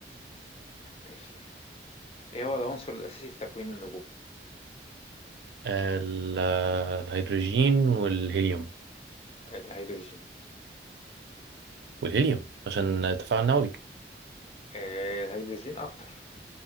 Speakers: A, on the left (about 35°); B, on the right (about 70°).
A: ماشي ايه هو العنصر الاساسي في تكوين النجوم
B: ال- الهيدروجين والهيليوم
A: الهيدروجين
B: والهيليوم عشان تفاعل نووي
A: آه الهيدروجين اكتر